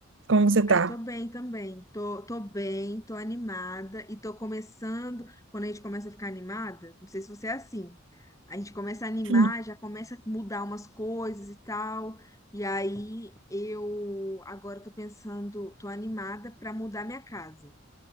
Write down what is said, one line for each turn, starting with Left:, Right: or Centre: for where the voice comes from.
Right: como você tá?
Left: Ai, tô bem também. Tô, tô bem, tô animada e tô começando. Quando a gente começa a ficar animada, não sei se você é assim, a gente começa a animar,
Right: O
Left: já começa a mudar umas coisas e tal. E aí, eu agora tô pensando, tô animada pra mudar minha casa.